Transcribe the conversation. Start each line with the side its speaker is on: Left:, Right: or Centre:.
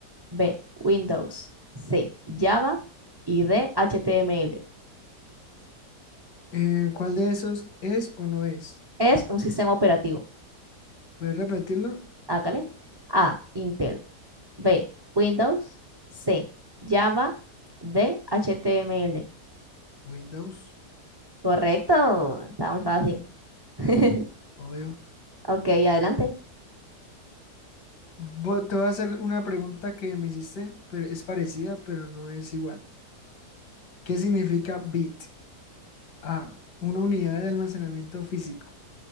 Right: B, Windows, C, Java y D, HTML.
Left: Eh, ¿cuál de esos es o no es?
Right: Es un sistema operativo.
Left: ¿Puedes repetirlo?
Right: Hágale. A, Intel. B, Windows. C, Java. D, HTML.
Left: Windows,
Right: Correcto, está muy fácil. <laughs>
Left: obvio.
Right: Ok, adelante.
Left: Vo- Te voy a hacer una pregunta que me hiciste, pero es parecida, pero no es igual. ¿Qué significa bit? A. Una unidad de almacenamiento físico.